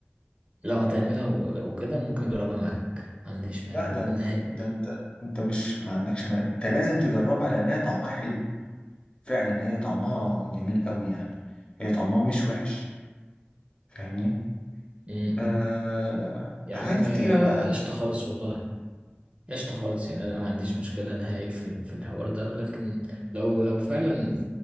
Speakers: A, on the right; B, on the left.
A: لو هتعملها و- وكده ممكن أجربها معاك ما عنديش مانع
B: لا ده
A: نهائي
B: ده انت انت مش ما عندكش مال. انت لازم تجربها لانها طعمها حلو فعلا هي طعمها جميل قوي يعني هي طعمها مش وحش فاهمني
A: امم
B: آه
A: يا
B: حاجات
A: عم
B: كتيرة
A: آه،
B: بقى
A: قشطة خالص والله قشطة خالص يعني أنا ما عنديش مشكلة نهائي في في الحوار ده لكن لو لو فعلا